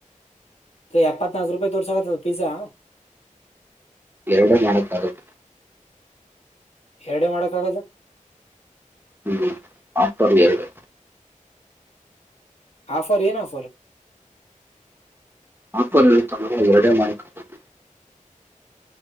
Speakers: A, on the left; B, on the right.
A: ಏ ಎಪ್ಪತ್ತ್ನಾಕ್ ರೂಪಾಯಿ ತೋರ್ಸಕತ್ತದ ಪಿಜ್ಜಾ
B: ಎರಡೇ ಮಾಡಕ್ಕಾಗದು
A: ಎರಡೆ ಮಾಡಕ್ಕಾಗದು
B: ಹ್ಮ ಅಂಥವರಿಗೆ ಎರಡೇ
A: ಆಫರ್ ಏನ ಆಫರ್
B: ಆಫರ್ ಇರುತ್ತಲ್ಲ ಎರಡೇ ಮಾಡಕ್ಕಾಗದು